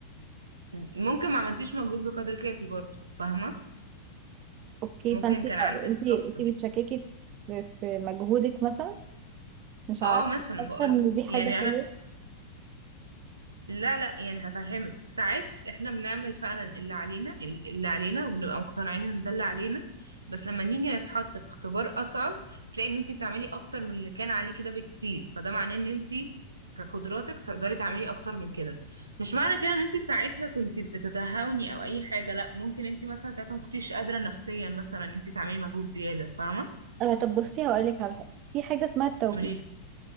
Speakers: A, on the right (about 80°); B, on the right (about 35°).
A: ممكن ما عملتيش مجهود بقدر كافي برضه فاهمة
B: اوكي
A: ممكن
B: فانت
A: كان عندك
B: انت
A: اكتر
B: انت بتشككي في في مجهودك مثلا مش
A: اه
B: عارفه
A: مثلا
B: مش حاسه
A: بقول
B: ان دي حاجه
A: يعني
B: حلوه
A: انا لا لا يعني هفهمك ساعات احنا بنعمل فعلا اللي علينا اللي علينا وبنبقى مقتنعين ان ده اللي علينا بس لما نيجي نتحط في اختبار اصعب تلاقي ان انت بتعملي اكتر من اللي كان عليه كده بكتير فده معناه ان انت كقدراتك تقدري تعملي اكتر من كده مش معنى كده ان انت ساعتها كنت بتتهاوني او اي حاجه لا ممكن انت مثلا ساعتها ما كنتيش قادره نفسيا مثلا ان انت تعملي مجهود زياده فاهمه
B: آه طب بصي هقول لك على حاجه في حاجه اسمها التوفيق
A: قوليلي